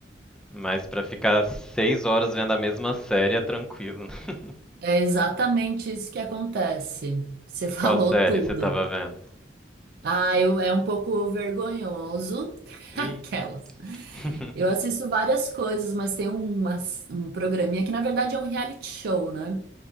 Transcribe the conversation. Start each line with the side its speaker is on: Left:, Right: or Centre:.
Centre: mas pra ficar seis horas vendo a mesma série é tranquilo, né? <laughs>
Right: É exatamente isso que acontece. Você <laughs> falou
Centre: Qual série
Right: tudo.
Centre: você tava vendo?
Right: Ah, eu, é um pouco vergonhoso, <laughs>
Centre: Ih.
Right: aquelas.
Centre: <laughs>
Right: Eu assisto várias coisas, mas tem um, uma, um programinha que na verdade é um reality show, né?